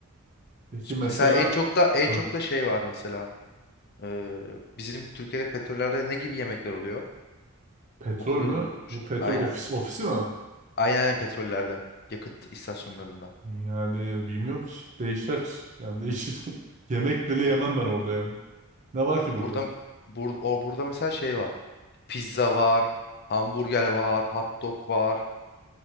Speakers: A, on the right; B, on the left.
A: Peki mesela
B: Mesela en çok da en
A: hı,
B: çok da şey var mesela Ee, bizim Türkiye'de petrollerde ne gibi yemekler oluyor?
A: petrol
B: O kadar
A: mü?
B: unutmuşum.
A: Bu petrol
B: Aynen.
A: ofis ofisi mi?
B: Aynen aynen petrollerde yakıt istasyonlarında.
A: Yani bilmiyorum ki. Değişer. Yani değişir. <laughs> Yemek bile yemem ben orada yani. Ne var ki burada?
B: Burada bur, o burada mesela şey var. Pizza var, hamburger var, hot dog var,